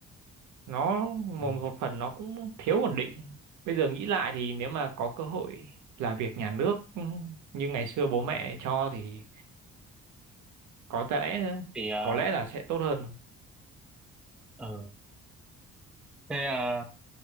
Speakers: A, on the right; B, in the centre.
A: nó một,
B: ừ.
A: một phần nó cũng thiếu ổn định bây giờ nghĩ lại thì nếu mà có cơ hội làm việc nhà nước ừ, như ngày xưa bố mẹ cho thì có lẽ
B: Thì ờ,
A: có lẽ là sẽ tốt hơn
B: ừ. Thế ờ,